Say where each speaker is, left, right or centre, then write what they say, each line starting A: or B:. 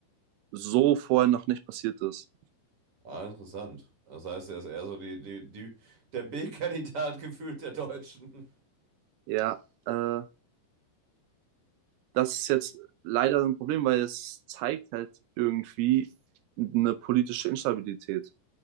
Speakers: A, on the right; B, on the right.
A: so vorher noch nicht passiert ist.
B: Ah, interessant. Das heißt, er ist eher so die, die, die, der B-Kandidat <laughs> gefühlt der Deutschen.
A: Ja, äh, das ist jetzt leider ein Problem, weil es zeigt halt irgendwie eine politische Instabilität,